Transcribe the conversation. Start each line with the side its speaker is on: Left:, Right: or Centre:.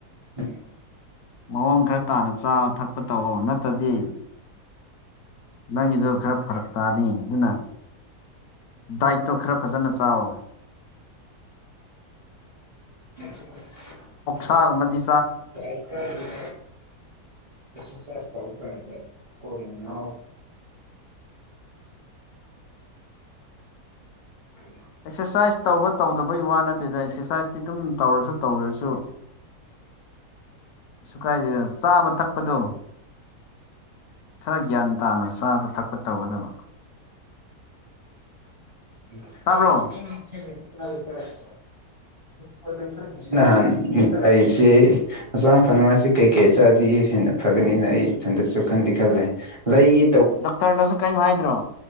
Right: ꯎꯝ
Left: ꯃꯑꯣꯡ ꯈꯔ ꯇꯥꯅ ꯆꯥꯕ ꯊꯛꯄ ꯇꯧꯑꯣ ꯅꯠꯇ꯭ꯔꯗꯤ ꯅꯪꯒꯤꯗꯣ ꯈꯔ ꯐꯔꯛ ꯇꯥꯅꯤ ꯑꯗꯨꯅ ꯗꯥꯏꯛꯇꯣ ꯈꯔ ꯐꯖꯅ ꯆꯥꯎ
Right: <inaudible>
Left: ꯊꯥꯃꯗꯤ
Right: ꯆ ꯀ <unintelligible>
Left: <inaudible>
Right: ꯑꯦꯛꯁꯥꯁꯥꯏꯆ ꯇꯧꯅꯀꯥꯟꯗ ꯀꯣꯛꯁꯦ ꯉꯧꯔꯤꯅꯦ <unintelligible>
Left: ꯑꯦꯛꯁꯔꯁꯥꯏꯁ ꯇꯧꯕ ꯇꯧꯗꯕꯩ ꯋꯥ ꯅꯠꯇꯦꯗ ꯑꯦꯛꯁꯔꯁꯥꯏꯖꯇꯤ ꯑꯗꯨꯝ ꯇꯧꯔꯁꯨ ꯇꯧꯗ꯭ꯔꯁꯨ <unintelligible> ꯁꯨ ꯀꯥꯏꯗꯦꯗꯅ ꯆꯥꯕ ꯊꯛꯄꯗꯣ ꯈꯔ ꯒ꯭ꯌꯥꯟ ꯇꯥꯅ ꯆꯥꯕ ꯊꯛꯄ ꯇꯧꯒꯗꯕ
Right: <unintelligible>
Left: ꯇꯥꯕ꯭ꯔꯣ
Right: ꯅꯍꯥꯟ ꯀꯩꯁꯤꯦ ꯉꯥꯡ ꯐꯔꯃꯥꯁꯤ ꯀꯩ ꯀꯩ ꯆꯗꯤ ꯍꯦꯟꯅ ꯐꯒꯅꯤꯅ ꯑꯩ ꯏꯊꯟꯗꯁꯨ ꯈꯟꯗꯤ ꯈꯜꯂꯦ ꯂꯩꯒꯤ
Left: ꯗꯥꯛꯇꯔꯅꯁꯨ ꯀꯔꯤꯝ ꯍꯥꯏꯗ꯭ꯔꯣ